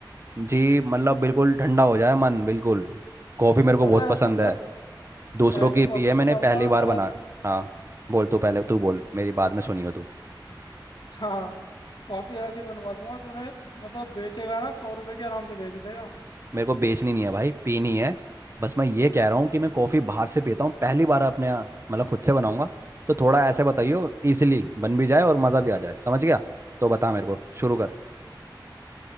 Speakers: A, on the right; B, on the left.
A: जी मतलब बिल्कुल ठंडा हो जाए मन बिल्कुल कॉफ़ी मेरे को
B: अरे
A: बहुत पसंद
B: ऐसी ब...
A: है दूसरों
B: ऐसी
A: की
B: कॉफ़ी
A: पी है मैंने
B: बताऊंगा
A: पहली
B: ना
A: बार
B: तेरा
A: बनाया हाँ बोल तू पहले तू बोल मेरी बाद में सुनियो तू
B: हाँ कॉफ़ी ऐसी बनवा दूंगा तूने मतलब बेचेगा ना सौ रुपए के आराम से बेच देगा
A: मेरे को बेचनी नहीं है भाई पीनी है बस मैं ये कह रहा हूँ कि मैं कॉफ़ी बाहर से पीता हूँ पहली बार अपने यहाँ, मतलब खुद से बनाऊंगा तो थोड़ा ऐसे बताइयो इजीली बन भी जाए और मज़ा भी आ जाए समझ गया तो बता मेरे को शुरू कर